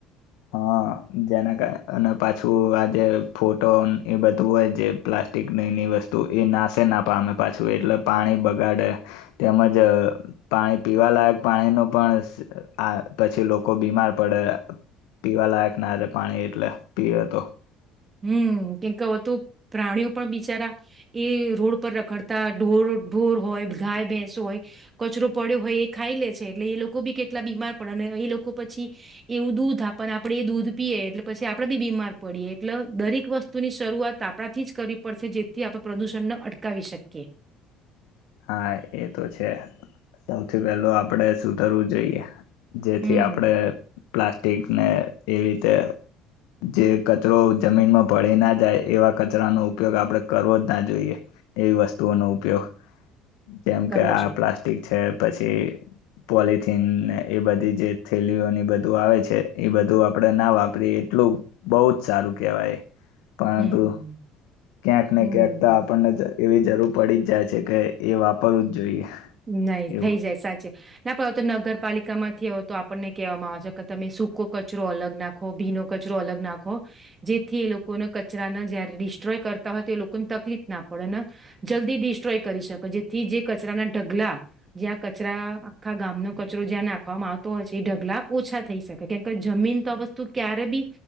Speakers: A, on the left (about 80°); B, on the right (about 30°).
A: હા જેના કાર અને પાછું આજે ફોટો એ બધું હોય જે પ્લાસ્ટિકની વસ્તુ એ નાશે ના પામે પાછું એટલે પાણી બગાડે તેમજ પાણી પીવાલાયક પાણીનું પણ આ પછી લોકો બીમાર પડે પીવા લાયક ના રે પાણી એટલે પીવે તો
B: હમ કેમ કે હવે તો પ્રાણીઓ પણ બિચારા એ રોડ પર રખડતા ઢોર ઢોર હોય ગાય ભેંસ હોય કચરો પડ્યો હોય એ ખાઈ લે છે એટલે એ લોકો બી કેટલા બીમાર પડે અને એ લોકો પછી એવું દૂધ આપને આપડે એ દૂધ પીએ એટલે પછી આપડે બી બીમાર પડીએ એટલે દરેક વસ્તુની શરૂઆત આપણાથી જ કરવી પડશે જેથી આપણે પ્રદૂષણને અટકાવી શકીએ
A: હા એ તો છે સૌથી પહેલો આપણેે સુધરવું જોઈએ જેથી
B: હમ
A: આપડે પ્લાસ ટીક ને એવી રીતે જે કચરો જમીનમાં ભળી ના જાય એવા કચરાનો ઉપયોગ આપણે કરવો જ ના જોઈએ એવી વસ્તુઓનો ઉપયોગ જેમ
B: કરવું
A: કે આ
B: જોઈએ
A: પ્લાસ્ટિક છે. પછી પોલથીન ને એ બધી જે થેલીઓની બધું આવે છે એ બધું આપણેે ના વાપરીએ એટલું બહુ જ સારું કેહેવાય પરંતુ
B: હમ
A: ક્યાંક ને
B: હમ
A: ક્યાંક તો આપણને જ‌ એ એ જરૂર પડી જ જાય છે કે એ વાપરવું જ જોઈએ.
B: નહી
A: એવું
B: થઈ જાય સાચે ના પડ તો નગર પાલિકામાંથી હો તો આપણને કહેવામાં આવે છે કે તમે સૂકો કચરો અલગ નાખો ભીનો કચરો અલગ નાખો જેથી એ લોકોને કચરાને જયારે ડિસ્ટ્રોય કરતા હોય તો એ લોકોને તકલીફ ના પડે ને જલ્દી ડિસ્ટ્રોય કરી શકે જેથી જે કચરાના ઢગલા જ્યાં કચરા આખા ગામનો કચરો જ્યાં નાખવામાં આવતો હોય છે એ ઢગલા ઓછા થઈ શકે કેમ કે જમીન તો આ વસ્તુ ક્યારે બી